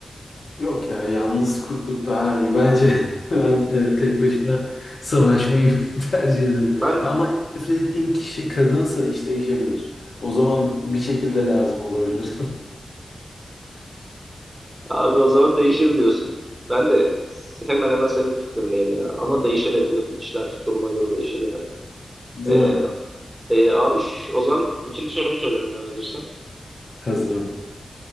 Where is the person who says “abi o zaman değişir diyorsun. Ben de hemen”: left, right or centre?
Right